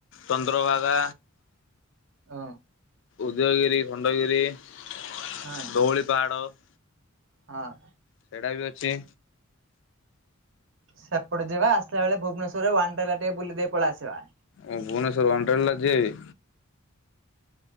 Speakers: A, on the left; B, on the right.
A: ଚନ୍ଦ୍ରଭାଗା
B: ହଁ
A: ଉଦୟଗିରି ଖଣ୍ଡଗିରି ଧୌଳିପାଡହାଡ଼।
B: ହଁ ହଁ
A: ସେଇଟା ବି ଅଛି।
B: ସେପଟେ ଯିବା ଆସିଲା ବେଳେ ଭୁବନେଶ୍ୱର ରେ ୱାନ୍ଟାଲା ଟିକେ ବୁଲି ଦେଇ ପଳେଇ ଆସିବା।
A: ଓ ଭୁବନେଶ୍ୱଵର ହଣ୍ଡ୍ରେଡ଼ ଜିଆକି?